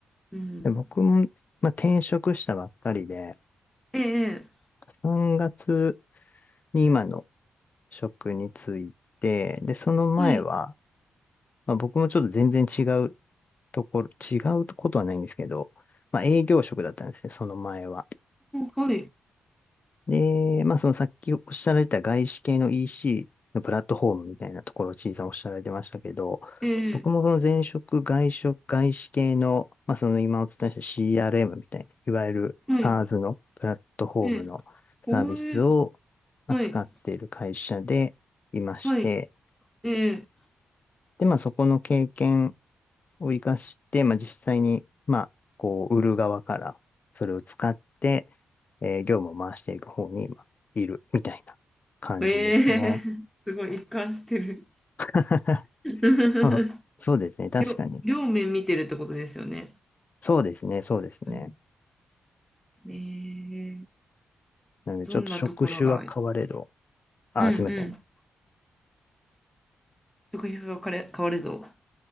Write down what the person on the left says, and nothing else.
で僕も、まあ、転職したばっかりで、
3月に今の職に就いて、で、その前は、
まあ、僕もちょっと全然違うところ、違うことはないんですけど、まあ営業職だったんですね、その前は。
で、まあそのさっきおっしゃられた外資系の EC のプラットフォームみたいなところをちいさんおっしゃられてましたけど、
僕もその前職、外職、外資系の、まあその今お伝えした CRM みたいな、いわゆる
SaaS のプラットフォームのサービスを扱っている会社でいまして、
で、まあそこの経験を活かして、まあ、実際に、まあ、こう、売る側からそれを使って、えー業務を回していく方に、まあ、いるみたいな感じですね。
<laughs>
そう、そうですね。確かに。
そうですね。そうですね。
なので、
ちょっと職種は変われど、
あ、
すいません。